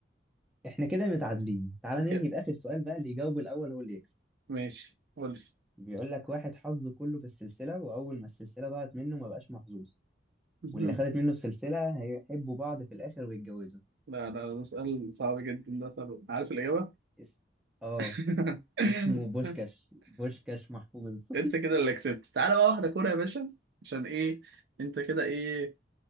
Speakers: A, in the centre; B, on the right.
A: احنا كده متعادلين تعال
B: أوكي.
A: ننهي بآخر سؤال بقى اللي يجاوب الأول هو اللي يكسب
B: ماشي قول
A: بيقول لك واحد حظه كله في السلسلة وأول ما السلسلة ضاعت منه ما بقاش محظوظ
B: لي.
A: واللي خدت
B: <laughs>
A: منه السلسلة هيحبوا بعض في الآخر ويتجوزوا
B: لا لا ده سؤال صعب جدا ده طب عارف الاجابه
A: اس... اه
B: <laughs>
A: اسمه بوشكاش بوشكاش محفوظ
B: انت كده اللي كسبت تعالى بقى واحده كوره يا باشا عشان ايه انت كده ايه